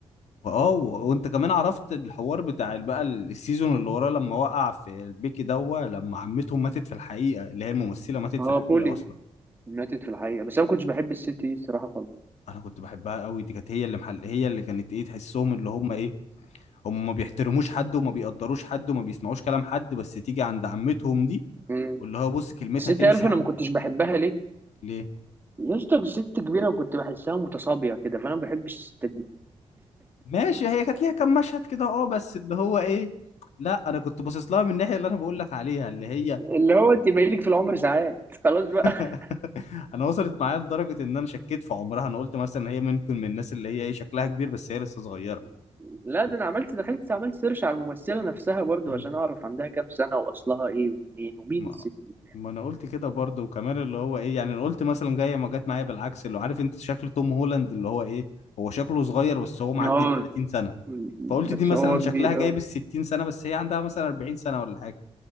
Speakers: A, on the left; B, on the right.
A: واه و- وانت كمان عرفت الحوار بتاع ال- بقى ال- السيزون اللي وراه لما وقع في البيكي دوا لما عمتهم ماتت في الحقيقه اللي هي الممثله ماتت
B: اه
A: في الحقيقه
B: بولي
A: اصلا
B: ماتت في الحقيقة بس انا ما كنتش بحب الست دي الصراحة
A: انا كنت بحبها قوي دي كانت هي اللي محل هي اللي كانت ايه تحسهم اللي هم ايه هم ما بيحترموش حد وما بيقدروش حد وما بيسمعوش كلام حد بس تيجي عند عمتهم دي
B: خالص
A: واللي هو بص كلمتها
B: بس انت
A: تمشي
B: عارف انا
A: ع-
B: ما كنتش بحبها ليه
A: ليه
B: يا اسطى ست كبيره وكنت بحسها متصابيه كده فانا ما بحبش الستات دي
A: ماشي هي كانت ليها كام مشهد كده اه بس اللي هو ايه لا انا كنت باصص لها من الناحيه اللي انا بقول لك عليها اللي هي
B: اللي هو انت باقي لك في العمر ساعات خلاص بقى
A: <laughs> انا وصلت معايا لدرجه ان انا شكيت في عمرها انا قلت مثلا هي ممكن من الناس اللي هي ايه شكلها كبير بس هي لسه صغيره
B: <laughs> لا ده انا عملت دخلت عملت سيرش على الممثله نفسها برضو
A: مم.
B: عشان اعرف عندها كام سنه واصلها ايه ومنين ومين
A: ما
B: الست دي
A: ما انا قلت كده برضه وكمان اللي هو ايه يعني انا قلت مثلا جايه ما جت معايا بالعكس اللي هو عارف انت شكل توم هولاند اللي هو ايه هو شكله صغير بس هو معدي
B: اه
A: ال 30 سنه
B: م-
A: فقلت
B: بس
A: دي مثلا
B: هو
A: شكلها
B: كبير
A: جايب
B: اه
A: ال 60 سنه بس هي عندها مثلا 40 سنه ولا حاجه